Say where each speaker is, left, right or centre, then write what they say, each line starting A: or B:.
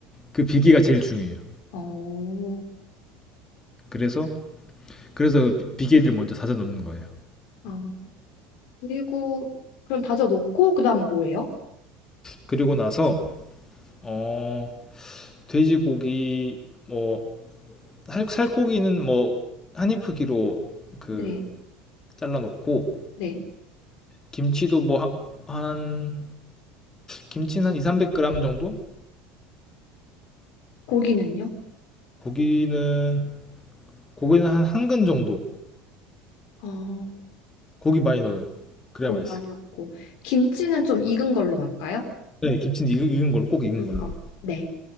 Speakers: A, on the left; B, on the left.
A: 그 비계가 제일 중요해요.
B: 어,
A: 그래서 그래서 그 비- 비계를 먼저 다져 놓는 거예요.
B: 아, 그리고 그럼 다져 놓고 그다음에 뭐예요?
A: 그리고 나서 어 돼지고기 뭐 살- 살코기는 뭐 한입 크기로 그
B: 네,
A: 잘라 놓고
B: 네.
A: 김치도 뭐 한 김치는 한 2, 300g 정도?
B: 고기는요?
A: 고기는 고기는 한 한 근 정도.
B: 어,
A: 고기 많이 넣어요. 그래야
B: 고기
A: 맛있어요.
B: 많이 넣고 김치는 좀 익은 걸로 넣을까요?
A: 네, 김치는 익은, 익은 걸로 꼭 익은
B: 익은
A: 걸로.
B: 거 네.